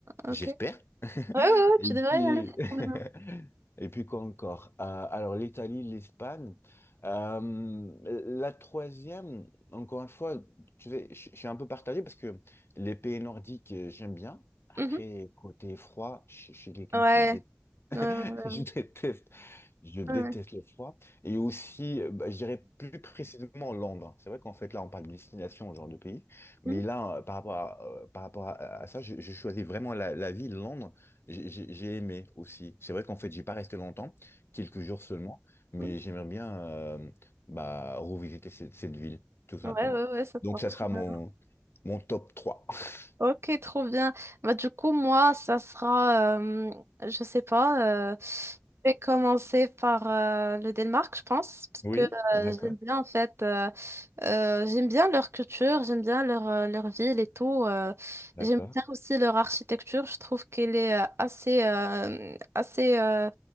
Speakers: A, on the left (about 55°); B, on the right (about 60°).
A: J'espère.
B: ok. Ouais,
A: <laughs>
B: ouais, ouais,
A: Et
B: tu devrais
A: puis,
B: y aller, c'est
A: <laughs>
B: trop bien.
A: et puis quoi encore? Euh, alors, l'Italie, l'Espagne. Euh, la troisième, encore une fois, tu sais, je je suis un peu partagé parce que les pays nordiques, euh, j'aime bien. Après,
B: Mhm.
A: côté froid, je je suis quelqu'un
B: Ouais.
A: qui dé-
B: Ouais, ouais,
A: <laughs>
B: ouais.
A: je déteste, je déteste
B: Ouais.
A: le froid. Et aussi, euh, bah, je dirais plus précisément Londres. C'est vrai qu'en fait, là, on parle de destination, genre de pays. Mais
B: Mhm.
A: là, euh, par rapport à, euh, par rapport à, à ça, je, je choisis vraiment la, la ville, Londres. J'ai j'ai- j'ai aimé aussi. C'est vrai qu'en fait, j'ai pas resté longtemps, quelques jours seulement. Mais
B: Mhm.
A: j'aimerais bien euh, bah, revisiter cette, cette ville, tout simplement.
B: Ouais, ouais, ouais, ça sera
A: Donc, ça
B: trop
A: sera mon,
B: bien.
A: mon top trois. <laughs>
B: Ok, trop bien. Bah, du coup, moi, ça sera, euh, je sais pas, euh, je vais commencer par euh, le Danemark, je pense, parce
A: Oui,
B: que
A: d'accord,
B: euh, j'aime bien, en fait, euh, euh, j'aime bien leur culture, j'aime bien leur, euh, leur ville et tout. euh,
A: d'accord.
B: j'aime bien aussi leur architecture, je trouve qu'elle est euh, assez, euh, assez euh,